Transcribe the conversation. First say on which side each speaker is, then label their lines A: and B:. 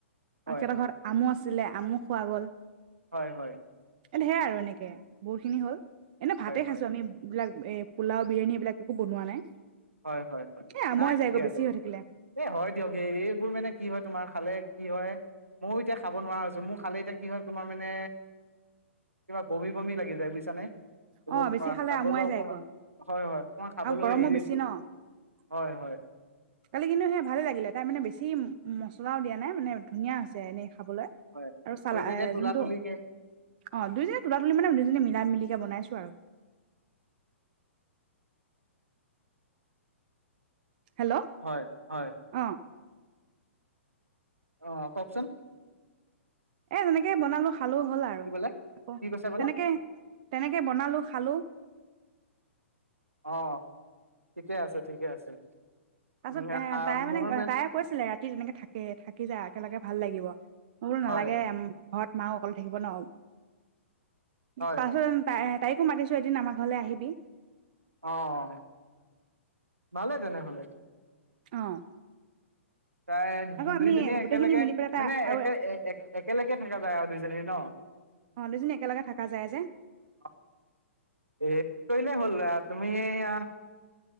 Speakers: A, on the right; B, on the right.
A: হয়
B: আও হেতৰ ঘৰত আমো আছ ছিলে, আমু খোৱা গ'ল।
A: হয়-হয়।
B: ধেয়া আৰু এনেকে, বহুত খিনি হ'ল এনে ভাতে
A: হয় হয়
B: খাইছো, আমি বিলাক এই পোলাও বিৰিয়ানী এইবিলাক একো বনোৱা নাই
A: হয়-হয়-হয়,
B: এ আমুৱাই
A: নাই
B: যায়গৈ
A: ঠিকে
B: বেছি
A: আছে,
B: হৈ থাকিলে
A: এ' হয় দিয়ক, সে এইবোৰ মানে কি হয় তোমাৰ খালে কি হয়, মো এতিয়া খাব নোৱাৰা হৈছো, মোৰ খালে এতিয়া কি হয় তোমাৰ মানে, কিবা বমি বমি লাগি যায়, বুজিছানে। এইবোৰ
B: অ বেছি
A: খ
B: খালে
A: খাবলৈ
B: আমুৱাই
A: অকমান,
B: যায়গৈ
A: হয়-হয়, অকমান খাবলৈ
B: আৰু গৰমো
A: এৰি দিছো।
B: <inaudible> কালি
A: হয় হয়
B: কিন্তু সেয়া ভালে লাগিলে, তাই মানে বেছি উ মছলাও দিয়া নাই, মানে ধুনীয়া হৈছে, এনেই খাবলৈ
A: হয়
B: আৰু চালা
A: দুইজনীয়ে
B: এ
A: তোলা
B: যোনটো
A: তুলিকে
B: অ' দুইজনে তোলা তুলি মানে দুইজন মিলা মিলে বনাইছু। <unintelligible> হেল্ল'
A: হয় হয়।
B: অ
A: অ' কওকচোন।
B: এ সেনেকে বনালো। খালো হ'ল আৰু
A: কি বোলে
B: আকৌ
A: কি কৈছে বোলে
B: তেনেকে তেনেকে বনালো খালো।
A: অ' ঠিকে আছে ঠিকে আছে।
B: পিছত
A: উম, আহ,
B: এ তাইে মানে
A: মোৰ
B: তাইে কৈছিলে ৰাত <unintelligible> থাকে থাকি যায় একেলগে ভাল লাগিব। ল
A: হয়
B: নালাগেম। ঘৰত মা অকল থাকিব ন।
A: হয়
B: পাছত ত <unintelligible> তাইকো মাতিছো এদিন আমাৰ ঘৰলৈ আহিবি।
A: অ' ভালেই তেনেহলে।
B: অ'।
A: তাই
B: আকৌ
A: দুইজনীয়ে
B: আমি গোটেইখিনি
A: একেলগে
B: মিলি পেলাই তাই
A: মানে
B: আৰু
A: একে এক একে একেলগে থকা যায় আৰু দুইজনী ন
B: অ দুইজনী একেলগে থাকা যায় যে
A: অ', অ'। হেৰি কৰিলেই হ'ল তুমি এয়া